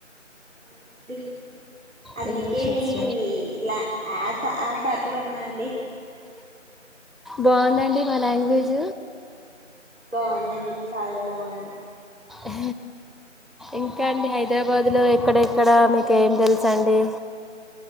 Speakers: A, on the right; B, in the centre.
A: అవునా అండి అందికే
B: రిలేషన్స్
A: మీ లా ఆస ఆ శాకులు ఉన్నాండి
B: బాగుందండి మా లాంగ్వేజ్
A: బాగుందండి చాలా బాగుంది
B: అ ఇంకా అండి హైదరాబాదులో ఎక్కడెక్కడ మీకు ఏం తెలుసు అండి